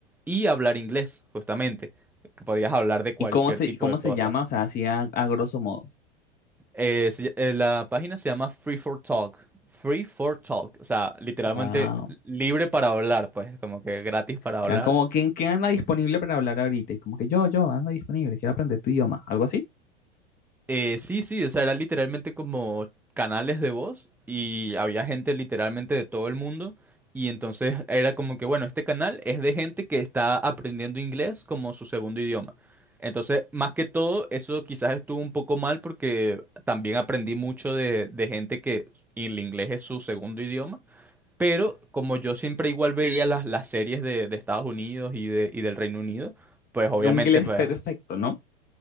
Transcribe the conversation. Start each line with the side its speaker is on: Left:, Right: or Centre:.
Centre: y hablar inglés, justamente. Que podías hablar de cualquier
Left: ¿Y cómo se,
Centre: tipo
Left: cómo
Centre: de
Left: se
Centre: cosas.
Left: llama? O sea, así a, a grosso modo.
Centre: Eh, se ll- eh, la página se llama Free for Talk. Free for Talk. O sea, literalmente
Left: Wow.
Centre: libre para hablar, pues, como que gratis para hablar.
Left: Eran como, ¿quién, quién anda disponible para hablar ahorita? Y como que yo, yo ando disponible, quiero aprender tu idioma, algo así.
Centre: Eh, sí, sí, o sea, era literalmente como canales de voz y había gente literalmente de todo el mundo. Y entonces era como que, bueno, este canal es de gente que está aprendiendo inglés como su segundo idioma. Entonces, más que todo, eso quizás estuvo un poco mal porque también aprendí mucho de, de gente que el inglés es su segundo idioma Pero como yo siempre igual veía las, las series de, de Estados Unidos y, de, y del Reino Unido, pues obviamente
Left: Era un inglés
Centre: pues,
Left: perfecto, ¿no?